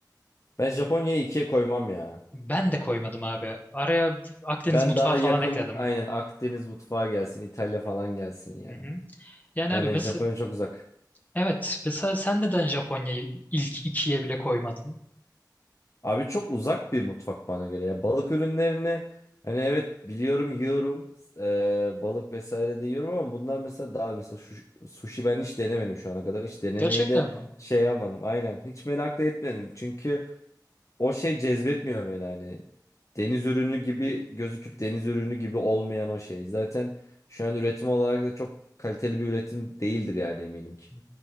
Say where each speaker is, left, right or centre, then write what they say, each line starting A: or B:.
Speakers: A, on the left; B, on the left.
A: Ben Japonya'yı ikiye koymam ya.
B: Ben de koymadım abi. Araya Akdeniz
A: Ben
B: mutfağı
A: daha
B: falan
A: yakın
B: ekledim.
A: aynen Akdeniz mutfağı gelsin, İtalya falan gelsin ya.
B: Hı hı. Yani
A: Yani
B: abi mesela
A: Japonya çok uzak.
B: evet mesela sen neden Japonya'yı ilk ikiye bile koymadın?
A: Abi çok uzak bir mutfak bana göre ya. Balık ürünlerini hani evet biliyorum yiyorum. Ee, balık vesaire de yiyorum ama bunlar mesela daha mesela şu, sushi ben hiç denemedim şu ana kadar. Hiç denemeyi
B: Gerçekten
A: de
B: mi?
A: şey yapmadım. Aynen hiç merak da etmedim. Çünkü o şey cezbetmiyor beni hani. Deniz ürünü gibi gözüküp deniz ürünü gibi olmayan o şey. Zaten şu an üretim olarak da çok kaliteli bir üretim değildir yani eminim ki.
B: Hı.